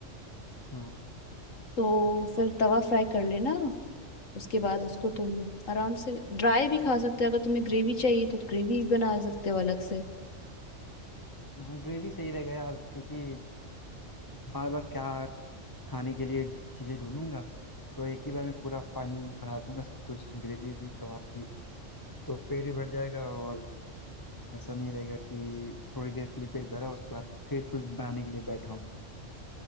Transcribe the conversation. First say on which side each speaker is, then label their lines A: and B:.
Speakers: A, on the left; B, on the left.
A: हाँ
B: तो फिर तवा फ्राई कर लेना उसके बाद उसको तुम आराम से ड्राई भी खा सकते हो अगर तुम्हें ग्रेवी चाहिए तो ग्रेवी बना सकते हो अलग से
A: हाँ ग्रेवी सही रहेगा यार क्योंकि बार बार क्या खाने के लिए चीज़ें ढूंढूंगा तो एक ही बार में पूरा फाइनल बना दूंगा सब कुछ ग्रेवी भी कबाब भी तो पेट भी भर जाएगा और ऐसा नहीं रहेगा कि थोड़ी देर के लिए पेट भरा उसके बाद फिर कुछ बनाने के लिए बैठा हूँ